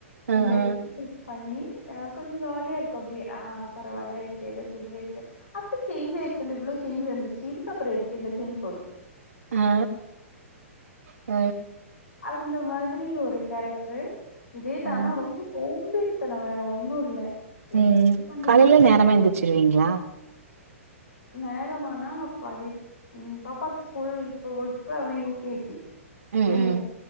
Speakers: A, on the right; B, on the left.
A: ஆ
B: அந்த
A: ஆ
B: எக்சசைஸ் பண்ணி அ கொஞ்சோ ஜாலியா இருக்கு அப்டியே ஆ பரவால்ல இப்டியே எல்லா சேஞ்ச் ஆயிருச்சு அப்ப சேஞ்ச் ஆயிருச்சுல்ல இவ்ளோ சேஞ்ச் வந்துருச்சு இதுக்கப்பற எதுக்கு இந்த சேஞ்ச் போது
A: அ அ
B: அந்த மாதிரி ஒரு கேரக்டரு இதேதா
A: ஆ
B: ரொம்ப சோம்பேறி த்தன வேற ஒன்னு இல்ல எதுக்கு
A: ம்
B: பண்ணிட்டு
A: காலைல
B: இருக்க
A: நேரமா எழுந்திருச்சிருவீங்ளா
B: நேரமானா ப ம் பாப்பா ஸ்கூல் இப்ப இப்ப அவ யூ கே ஜி
A: ம்
B: இனி
A: ம்